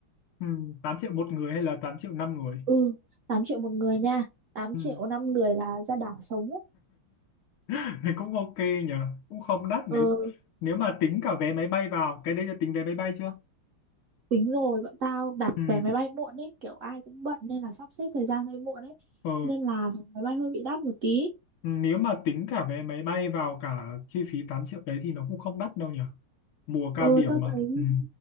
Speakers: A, on the left (about 80°); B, on the right (about 80°).
A: ừ, 8 triệu một người hay là 8 triệu năm người
B: ừ 8 triệu một người nha tám
A: ừ.
B: triệu 5 người là ra đảo sống ấy.
A: <laughs> Thì cũng ok nhỉ cũng không đắt nếu
B: Ừ
A: nếu mà tính cả vé máy bay vào cái đấy là tính vé máy bay chưa
B: tính rồi bọn tao đặt
A: ừ.
B: vé máy bay muộn ấy kiểu ai cũng bận nên là sắp xếp thời gian hơi muộn ấy
A: ờ,
B: nên là máy bay hơi bị đắt một tí
A: nếu mà tính cả vé máy bay vào cả chi phí 8 triệu đấy thì nó cũng không đắt đâu nhỉ mùa cao
B: ừ
A: điểm
B: tao
A: mà
B: thấy
A: ừ.